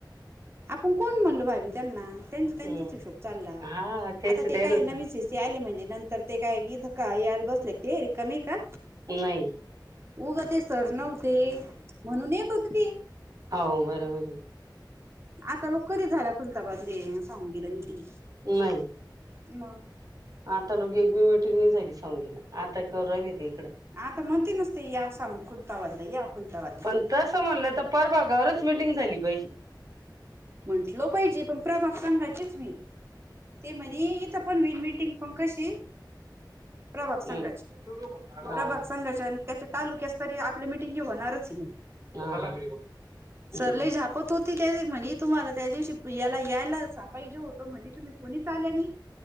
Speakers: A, on the right; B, on the right.
A: आपण कोण म्हणलो भाभी त्यांना त्यांच
B: हम्म
A: त्यांचाच हिशोब चालला
B: हा तेच
A: आता ते काय नवीन
B: ना
A: ते आले म्हणजे नंतर ते काय इथं यायला बसले ते कमी आहे का.
B: नाही
A: उगं ते सर नव्हते म्हणून येत होते ते
B: हाव बरोबर हे
A: आता लोक कधी झाल्या खुलताबादले सांग गेला मिटिंग.
B: नाही
A: म
B: आता लोघी एक मी मिटिंग नाही झाली सांगलीला आता कर राहिली त इकडं
A: आता म्हणती नसते या स खुलताबादला या खुलताबादला
B: पण तसं म्हणलं तर परभगावरच मिटिंग झाली पाहिजे.
A: म्हंटल पाहिजे पण प्रभात कांगाचीच हो ते म्हणे इथ पण होल मिटिंग पण कशी प्रभाग
B: हम्म
A: संघाची
B: हा
A: प्रभाग संघाच्या तालुकास्तरीय आपली मिटींग ही होणारच नाही
B: हा हम्म
A: सर लय झापत होते. म्हणे तुम्हाला त्या दिवशी याला यायला सापाई जे होत म्हणे तुम्ही कोणी आल्या नाही.